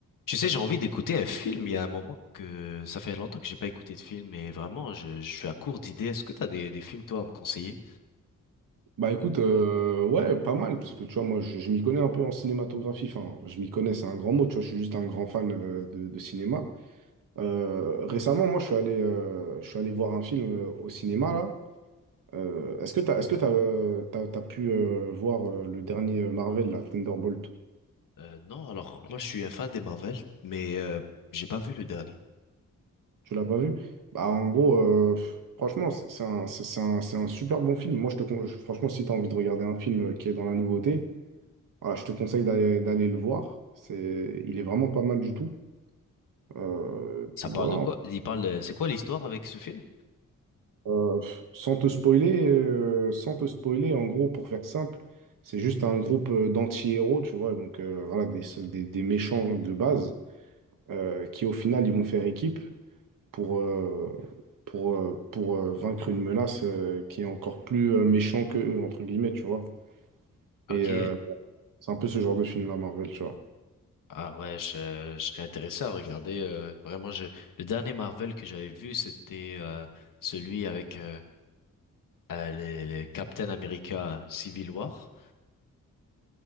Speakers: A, on the left; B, on the right.
A: Tu sais, j'ai envie d'écouter un film. Il y a un moment que ça fait longtemps que j'ai pas écouté de film et vraiment, je, je suis à court d'idées. Est-ce que t'as des, des films, toi, à me conseiller?
B: Bah écoute, euh, ouais, pas mal, parce que tu vois, moi, je, je m'y connais un peu en cinématographie, enfin, je m'y connais, c'est un grand mot, tu vois, je suis juste un grand fan euh, de, de cinéma. Euh, récemment, moi, je suis allé, euh, je suis allé voir un film euh, au cinéma, là. Euh, est-ce que t'as, est-ce que t'as, euh, t'as- t'as pu euh, voir euh, le dernier Marvel, là, Thunderbolt?
A: Euh, non, alors, moi, je suis un fan des Marvel, mais euh, j'ai pas vu le dernier.
B: Tu l'as pas vu? Bah en gros, euh, franchement, c'est c'est un, c'est c'est un, c'est un super bon film. Moi, je te, con- je- franchement, si t'as envie de regarder un film euh, qui est dans la nouveauté, voilà, je te conseille d'aller d'aller le voir. C'est, il est vraiment pas mal du tout. Euh,
A: Ça
B: puis
A: parle
B: voilà,
A: de quoi? Il parle de- C'est quoi l'histoire avec ce film?
B: Euh, sans te spoiler, euh, sans te spoiler, en gros, pour faire simple, c'est juste un groupe euh, d'anti-héros, tu vois, donc euh, voilà, des, des- des méchants de base euh, qui, au final, ils vont faire équipe pour, euh, pour, euh, pour euh, vaincre une menace euh, qui est encore plus euh, méchant que eux, entre guillemets, tu vois.
A: Ok.
B: Et euh, c'est un peu ce genre de film-là, Marvel, tu vois.
A: Ah ouais, je, je serais intéressé à regarder. euh, vraiment, je... le dernier Marvel que j'avais vu, c'était euh, celui avec euh, euh, le, le Captain America Civil War.